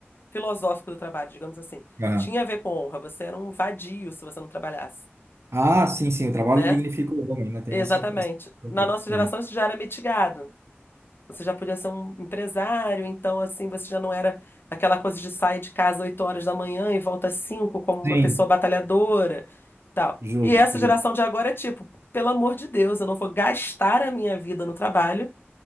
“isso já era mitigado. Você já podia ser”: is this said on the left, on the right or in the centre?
Left